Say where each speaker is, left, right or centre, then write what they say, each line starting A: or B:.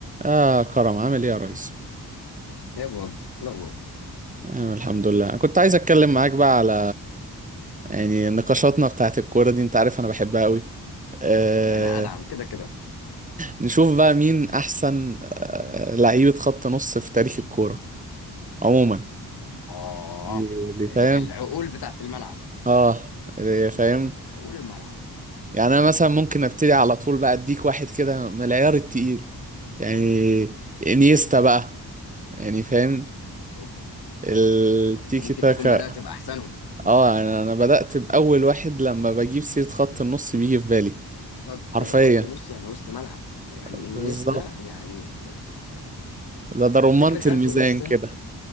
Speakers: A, on the right (about 20°); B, on the left (about 80°).
A: آه كرم عامل إيه يا ريس؟
B: يا ابو وجدي إيه الاخبار
A: آه الحمد لله كنت عايز أتكلم معاك بقى على يعني نقاشاتنا بتاعت الكورة دي أنت عارف أنا بحبها قوي آه
B: انا ادعم كده كده
A: نشوف بقى مين أحسن آه لعيبة خط نص في تاريخ الكورة عموما
B: اه
A: دي دي
B: ال-
A: فاهم؟
B: العقول بتاعت الملعب
A: آه دي فاهم؟
B: عقول الملعب
A: يعني أنا مثلا ممكن أبتدي على طول بقى أديك واحد كده من العيار التقيل يعني إنيستا بقى يعني فاهم؟
B: اوبا
A: التيكي
B: اوبا انت ممكن
A: تاكا
B: تكون بدأت باحسنهم
A: اه انا انا بدأت بأول واحد لما بجيب سيرة خط النص بيجي في بالي
B: خط
A: حرفيا
B: خط نص يعني وسط ملعب يعني
A: بالظبط
B: انيستا يعني يعني يا نهار أبيض.
A: ده ده رمانة
B: الفكره كمان
A: الميزان
B: في انيستا
A: كده